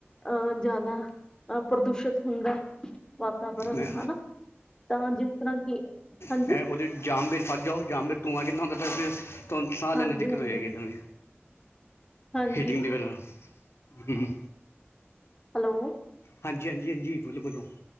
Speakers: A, on the left; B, on the left.
A: ਅਹ ਜ਼ਿਆਦਾ ਅਹ ਪ੍ਰਦੂਸ਼ਿਤ ਹੁੰਦਾ। ਵਾਤਾਵਰਨ
B: ਮੈਂ
A: ਹਨਾ ਤਾਂ ਜਿਸ ਤਰ੍ਹਾਂ ਕਿ ਹਾਂਜੀ
B: ਇਹੋ ਜਿਹੇ ਜਾਮ ਵਿੱਚ ਫਸ ਜਾਓ ਜਾਮ ਵਿੱਚ ਧੂੰਆਂ ਕਿੰਨਾ ਹੁੰਦਾ। ਤੁਹਾਨੂੰ ਸਾਹ
A: ਹਾਂਜੀ
B: ਲੈਣ ਦੀ ਦਿੱਕਤ
A: ਹਾਂਜੀ
B: ਹੋ ਜਾਏਗੀ ਇਦਾਂ ਵੀ
A: ਹਾਂਜੀ
B: ਹੀਟਿੰਗ ਦੀ ਵਜਾਹ ਨਾਲ ਹਮ
A: ਹੈਲੋ
B: ਹਾਂਜੀ-ਹਾਂਜੀ-ਹਾਂਜੀ, ਬੋਲੋ-ਬੋਲੋ।